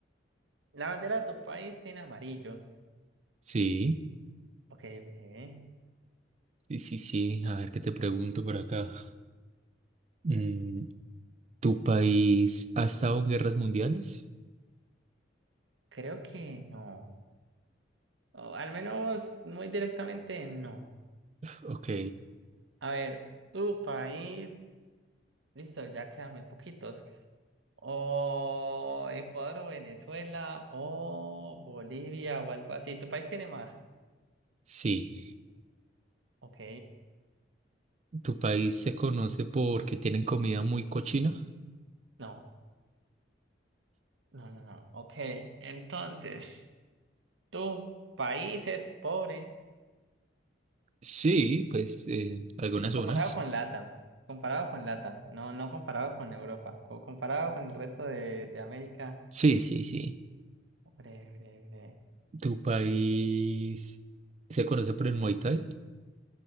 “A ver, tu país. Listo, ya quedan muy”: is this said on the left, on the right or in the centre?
Right